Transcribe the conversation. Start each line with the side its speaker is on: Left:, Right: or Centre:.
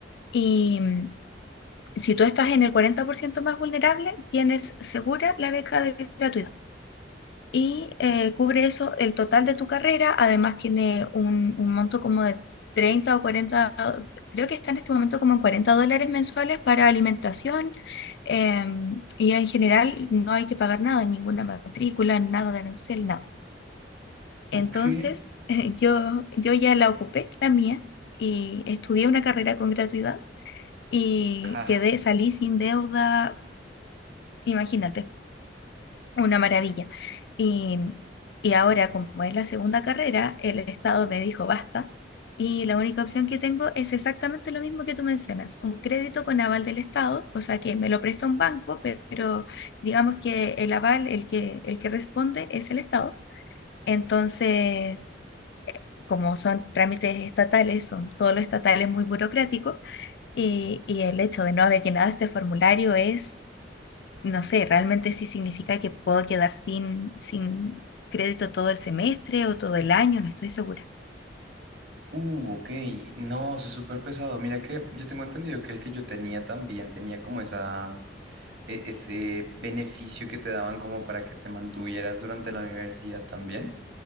Left: Y mm, si tú estás en el 40% más vulnerable, tienes segura la beca de gratuidad y eh, cubre eso, el total de tu carrera, además tiene un, un monto como de 30 o 40 do- creo que está en este momento como en 40 dólares mensuales para alimentación, em, y en general no hay que pagar nada, ninguna matrícula, nada de arancel, nada.
Right: Ok.
Left: Entonces, <laughs> yo, yo ya la ocupé, la mía, y estudié una carrera con gratuidad y
Right: Ah.
Left: quedé, salí sin deuda, imagínate. Una maravilla. Y, y ahora, como es la segunda carrera, el Estado me dijo basta. Y la única opción que tengo es exactamente lo mismo que tú mencionas, un crédito con aval del Estado, o sea que me lo presta un banco, pe- pero digamos que el aval, el que, el que responde es el Estado. Entonces, como son trámites estatales, son todos los estatales muy burocráticos, y, y el hecho de no haber llenado este formulario es no sé, realmente sí significa que puedo quedar sin, sin crédito todo el semestre o todo el año, no estoy segura.
Right: Uh, ok. No, eso es súper pesado. Mira que yo tengo entendido que el que yo tenía también tenía como esa, e- ese beneficio que te daban como para que te mantuvieras durante la universidad también